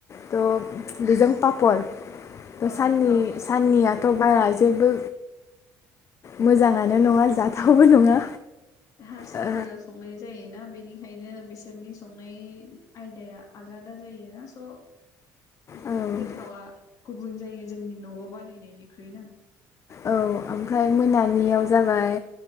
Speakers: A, on the left (about 40°); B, on the left (about 55°).
A: त बेजों पापर
B: औ
A: साननि
B: औ
A: साननिया त' बारा जेबो मोजाङानो नङा जाथावबो नङा।
B: हारसाफोरा
A: ओ
B: संनाय जायोना बेनिखायनो बिसोरनि संनाय आयदाया आलादा जायोना स'
A: औ
B: गोथावा गुबुन जायो जोंनि न'आव बानायनायनिख्रुइना
A: औ ओमफ्राय मोनानियाव जाबाय